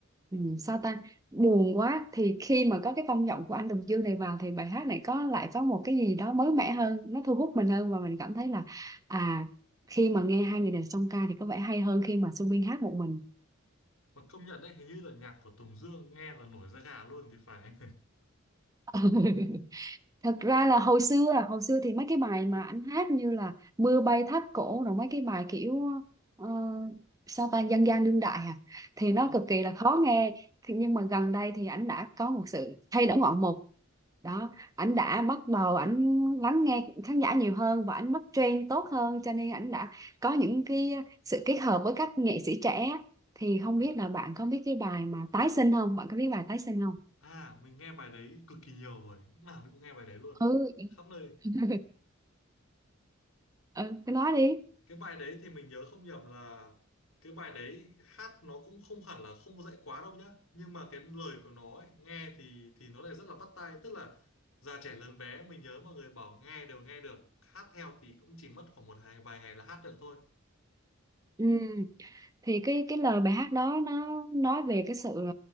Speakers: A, on the right; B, on the left.
A: um, sao ta buồn quá thì khi mà có cái tông giọng của anh Tùng Dương này vào thì bài hát này có lại có một cái gì đó mới mẻ hơn nó thu hút mình hơn và mình cảm thấy là à khi mà nghe hai người này song ca thì có vẻ hay hơn khi mà Subin hát một mình
B: mà công nhận đấy hình như là nhạc của Tùng Dương nghe là nổi da gà luôn thì phải
A: <laughs> thật ra là hồi xưa à, hồi xưa thì mấy cái bài mà anh hát như là mưa bay tháp cổ rồi mấy cái bài kiểu ờ, sao ta dân gian đương đại à thì nó
B: <laughs> ừ.
A: cực kỳ là khó nghe Thì nhưng mà gần đây thì anh đã có một sự thay đổi ngoạn mục đó ảnh đã bắt đầu ảnh lắng nghe khán giả nhiều hơn và ảnh bắt trend tốt hơn cho nên ảnh đã có những cái sự kết hợp với các nghệ sĩ trẻ thì không
B: à,
A: biết là bạn có biết cái bài mà tái sinh không bạn có biết bài tái sinh không
B: à, mình nghe bài đấy cực kỳ nhiều rồi lúc nào mình cũng nghe bài đấy luôn
A: ừ
B: khắp nơi
A: <laughs> ừ cái đó đi
B: cái bài đấy thì mình nhớ không nhầm là cái bài đấy hát nó cũng không hẳn là không dạy quá đâu nhá nhưng mà cái lời của nó ấy, nghe thì thì nó lại rất là bắt tai tức là già trẻ lớn bé mình nhớ mọi người bảo nghe đều nghe được hát theo thì cũng chỉ mất khoảng một hai vài ngày là hát được thôi
A: ừ thì cái cái lời bài hát đó nó nói về cái sự